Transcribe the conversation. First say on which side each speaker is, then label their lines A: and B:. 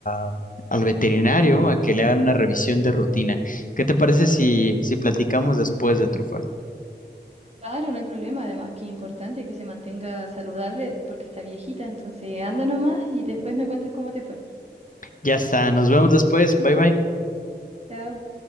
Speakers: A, on the left; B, on the right.
A: a- al veterinario a que le hagan una revisión de rutina. ¿Qué te parece si, si platicamos después de Trufa?
B: claro, no hay problema. Además, que es importante que se mantenga saludable porque está viejita. Entonces, anda nomás y después me cuentas cómo te fue.
A: Ya está, nos vemos después. Bye bye.
B: Chao.